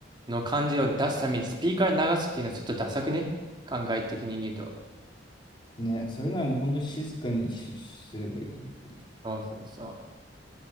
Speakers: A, on the right (about 25°); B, on the left (about 25°).
A: の感じを出すためにスピーカーに流すっていうのはちょっとダサくね考え的に言うと。
B: ね、それならもう本当に静かにしすればいいよねってい
A: そうそうそ